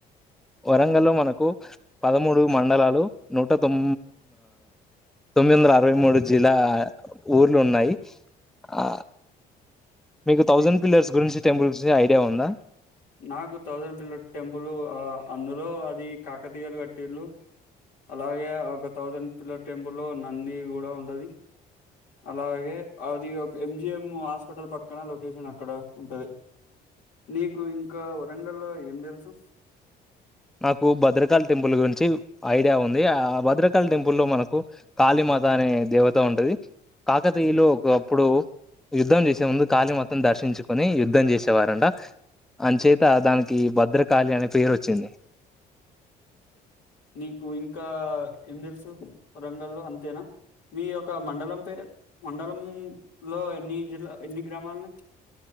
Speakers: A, in the centre; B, on the left.
A: వరంగల్ లో మనకు పదమూడు మండలాలు నూట తొం తొమ్మిది వందల అరవై మూడు జిల్లా ఊర్లు ఉన్నాయి ఆ మీకు తౌసండ్
B: నీ
A: పిల్లర్ గురించి టెంపుల్స్ ఐడియా ఉందా
B: నాకు థౌసండ్ పిల్లర్ టెంపుల్ అందులో అది కాకతీయలు కట్టిల్లు అలాగే ఒక థౌసండ్ పిల్లర్ టెంపుల్ లో నంది కూడా ఉండది అలాగే అది ఒక ఎంజిఎం హాస్పిటల్ పక్కన లొకేషన్ అక్కడ ఉంటది నీకు కు ఇంకా వరంగల్ లో ఏం తెలుసు
A: నాకు భద్రకాళ టెంపుల్ గురించి ఐడియా ఉంది ఆ భద్రకాళ టెంపుల్ లో మనకు కాళిమాత అనే దేవత ఉంటుంది కాకతీయులో ఒకప్పుడు యుద్ధలు చేసే ముందు గా మొత్తం దర్శించుకొని యుద్ధం చేసేవారంట అనిచేత దానికి భద్రకాళి అనే పేరు వచ్చింది
B: నీకు ఇంకా ఏం తెలుసు వరంగల్లో అంతేనా మీ యొక్క మండలం పేరు మండలంలో ఎన్ని జిల్లా ఎన్ని గ్రామాల ఉంటాయి